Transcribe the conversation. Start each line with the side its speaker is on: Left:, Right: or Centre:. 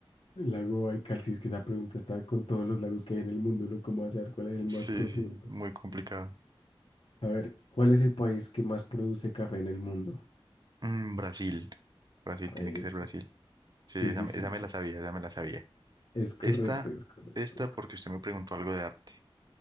Left: El lago Baikal, si es que esa pregunta está con todos los lagos que hay en el mundo, ¿no? ¿Cómo vas a saber cuál es el
Right: Sí,
Left: más profundo?
Right: sí, muy complicado.
Left: A ver, ¿cuál es el país que más produce café en el mundo?
Right: Mm, Brasil. Brasil, tiene
Left: Eso.
Right: que ser Brasil. Sí,
Left: Sí,
Right: esa,
Left: sí,
Right: me-
Left: sí.
Right: esa me la sabía, esa me la sabía.
Left: Es correcto,
Right: Esta,
Left: es correcto.
Right: esta porque usted me preguntó algo de arte.